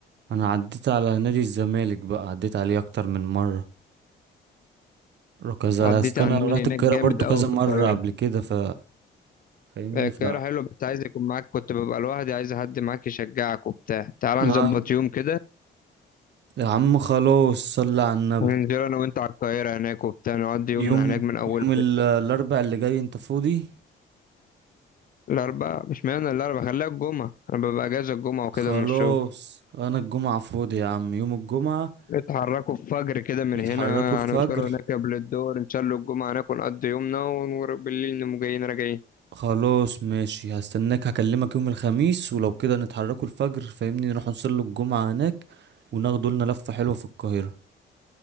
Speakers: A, on the right; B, on the left.
A: انا عديت على نادي الزمالك بقى عديت عليه اكتر من مرة كذا
B: عديت
A: انا
B: على
A: رحت
B: النيل هناك
A: القاهرة
B: جامد
A: برضو
B: أوي
A: كذا
B: في
A: مرة
B: القاهرة
A: قبل كده ف فاهمني
B: آه، القاهرة
A: ف
B: حلوة بس عايز يكون معاك كنت ببقى لوحدي عايز حد معاك يشجعك وبتاع تعال
A: آه.
B: نظبط يوم كده
A: يا عم خلاص صلي على النبي
B: وننزل أنا وأنت على القاهرة هناك وبتاع نقضي
A: يوم
B: يومنا هناك من أوله
A: يوم ال-
B: كده
A: الاربع اللي جاي انت فاضي
B: الأربعاء مش معنى الأربعاء خليها الجمعة أنا ببقى أجازة الجمعة وكده
A: خلاص
B: من الشغل
A: انا الجمعة فاضي يا عم يوم الجمعة
B: اتحركوا الفجر كده من
A: نتحركوا
B: هنا
A: الفجر
B: هنوصلوا هناك قبل الدور نصلوا الجمعة هناك ونقضي يومنا وبالليل نقوم جايين راجعين
A: خلاص ماشي هستناك هكلمك يوم الخميس ولو كده نتحركوا الفجر فاهمني نروح نصلي الجمعة هناك وناخدوا لنا لفة حلوة في القاهرة